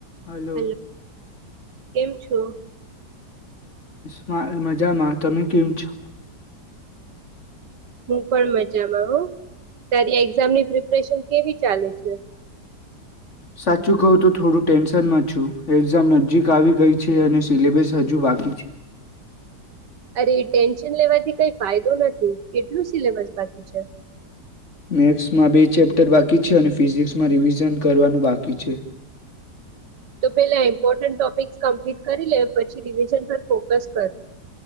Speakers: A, on the left; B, on the right.
A: હાલો
B: hello કેમ છો
A: હ મજામાં તમે કેમ છો?
B: હું પણ મજામાં હું ત્યારે એક્ઝામની પ્રિપરેશન કેવી ચાલે છે
A: સાચું કવ તો થોડું ટેન્શન માં છું એક્ઝામ નજીક આવી ગઈ છે અને સિલેબસ હજુ બાકી છે
B: અરે એ ટેન્શન લેવાથી કઈ ફાયદો નથી કેટલું સિલેબસ બાકી છે
A: મેથસમાં બે ચેપ્ટર બાકી છે અને ફિઝિક્સમાં રિવિઝન કરવાનું બાકી છે
B: તો પેલા ઇમ્પોર્ટન્ટ ટોપિક્સ કમ્પ્લીટ કરી લે પછી રિવિઝન પર ફોકસ કર